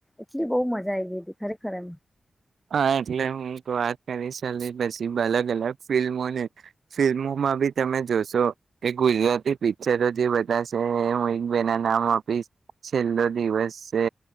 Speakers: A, in the centre; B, on the right.
A: એટલી બહુ મજા આવી ગઈ હતી ખરેખર એ
B: હા એટલે હું વાત કરી ચલી પછી અલગ અલગ ફિલ્મોને ફિલ્મોમાં બી તમે જોશો કે ગુજરાતી પિક્ચરો જે બધા છે. હું એક બે ના નામ આપીશ છેલ્લો દિવસ છે